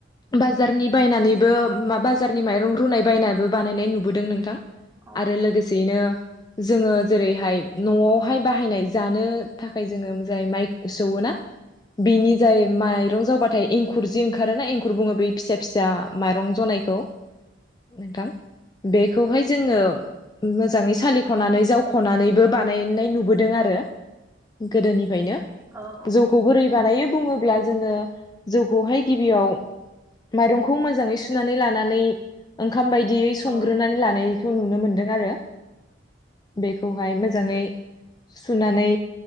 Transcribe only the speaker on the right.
औ
औ औ।
औ